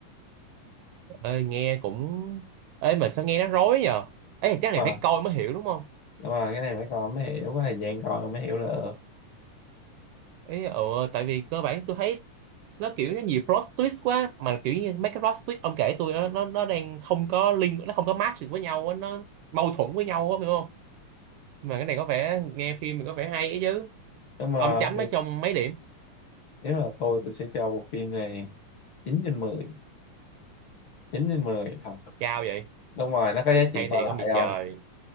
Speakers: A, on the right; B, on the left.
A: ơi nghe cũng ơi mà sao nghe nó rối nhờ ấy chắc
B: mà
A: này phải coi mới hiểu đúng không
B: nhưng mà cái này phải coi mới hiểu cái này dạng coi rồi mới hiểu được
A: ý ừ, tại vì cơ bản tôi thấy nó kiểu nó nhiều plot twist quá mà kiểu như mấy cái plot twist ông kể tôi nó nó nó đang không có link nó không có match được với nhau á nó mâu thuẫn với nhau á hiểu không mà cái này có vẻ nghe phim thì có vẻ hay ấy chứ
B: nhưng mà
A: ông chấm nó trong mấy điểm
B: nếu mà tôi tôi sẽ cho bộ phim này 9 trên 10, 9 trên 10 thật
A: cao vậy
B: đúng rồi nó có giá
A: hay
B: trị coi
A: thì không
B: lại
A: bị
B: không
A: trời